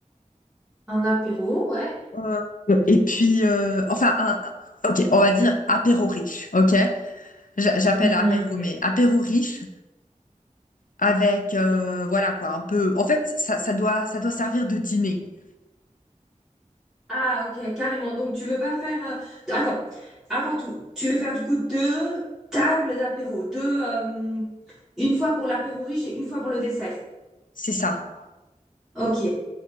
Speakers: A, in the centre; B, on the left.
A: Un apéro, ouais.
B: euh, et puis, euh, enfin, un, ok, on va dire apéro riche. Ok? J'a- J'appelle
A: Mhm.
B: apéro, mais apéro riche avec, euh, voilà quoi, un peu. En fait, ça, ça doit, ça doit servir de dîner.
A: Ah, ok, carrément. Donc, tu veux pas faire. euh, Attends, avant tout, tu veux faire du coup deux tables d'apéro. Deux. euh, Une fois pour l'apéro riche et une fois pour le dessert.
B: C'est ça.
A: Ok.